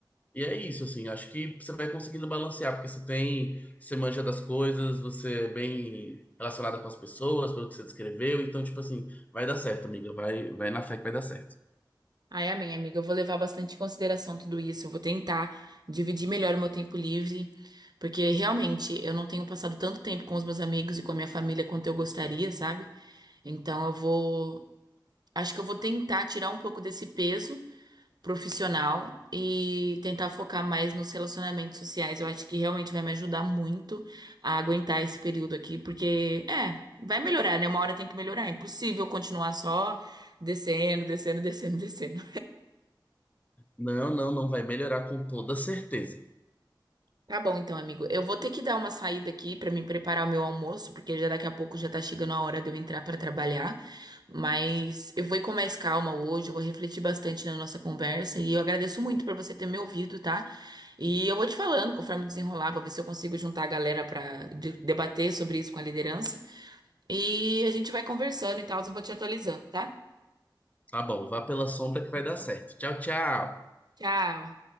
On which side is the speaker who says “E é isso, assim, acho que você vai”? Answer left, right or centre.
Left